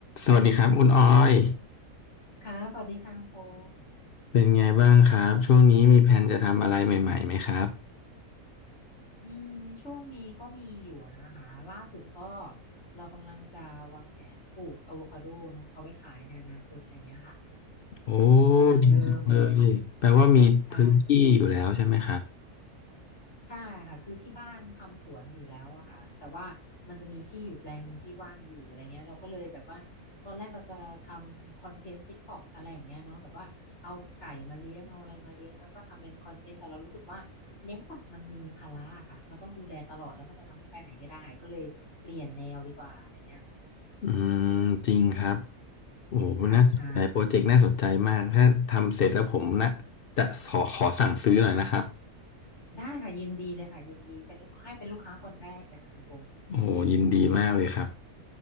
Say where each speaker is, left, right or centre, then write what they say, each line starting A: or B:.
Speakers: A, on the left; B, on the left.
A: สวัสดีครับคุณออย
B: ค่ะ สวัสดีค่ะคุณพงษ์
A: เป็นไงบ้างครับช่วงนี้มีแผนจะทำอะไรใหม่ๆไหมครับ
B: อืมช่วงนี้ก็มีอยู่นะคะล่าสุดก็เรากำลังจะวางแผนปลูกอะโวคาโดเนาะเอาไว้ขายในอนาคตอะไรเงี้ยค่ะ
A: โอ้
B: กำลังเริ่มเลย
A: ดีจังเลยแปลว่ามีพื้นที่อยู่แล้วใช่ไหมครับ
B: ใช่ ใช่ค่ะคือที่บ้านทำสวนอยู่แล้วอะค่ะแต่ว่ามันจะมีที่อยู่แปลงหนึ่งที่ว่างอยู่อะไรเงี้ยเราก็เลยแบบว่าตอนแรกเราจะทำคอนเทนต์ติ๊กต็อกอะไรอย่างเงี้ยเนาะแบบว่าเอาไก่มาเลี้ยงเอาอะไรมาเลี้ยงแล้วก็ทำเป็นคอนเทนต์แต่เรารู้สึกว่าเลี้ยงสัตว์มันมีภาระค่ะมันต้องดูแลตลอดแล้วมันจะทำให้ไปไหนไม่ได้ก็เลยเปลี่ยนแนวดีกว่าอะไรเงี้ย
A: อืมจริงครับโอ้น่าสนใจโปรเจกต์น่าสนใจมากถ้าทำเสร็จแล้วผมนะจะขอขอสั่งซื้อหน่อยนะครับ
B: ค่ะใช่ได้ค่ะยินดีเลยค่ะยินดีเป็นลูกให้เป็นลูกค้าคนแรกเลยค่ะคุณพงษ์
A: โอ้ยินดีมากเลยครับ